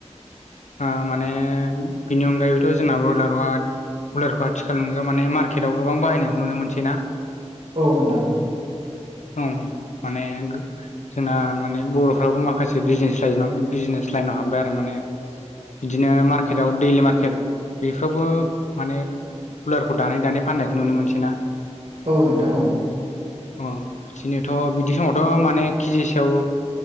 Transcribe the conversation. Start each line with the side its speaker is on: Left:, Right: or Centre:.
Left: ओ माने बेनि अनगायैबोथ' जोंना बयलाराव हाय बयलारखौ आथिखाल नुगोन माने मार्केटआव गोबां बाहायनायखौ नुनो मोनसै ना
Right: औ नोंथां
Left: औ माने गो जोंना माने बर'फ्राबो माखासे बिजनेस ला बिजनेस लाइ नाव हाबबाय आरो माने बिदिनो मार्केटआव दैलि मार्केट बेफ्रावबो माने बयलारखौ दानै दानै फाननायखौ नुनो मोनसै ना
Right: औ नोंथां औ
Left: अ बिदिनोथ' बिदि समावथ' माने केजि सायाव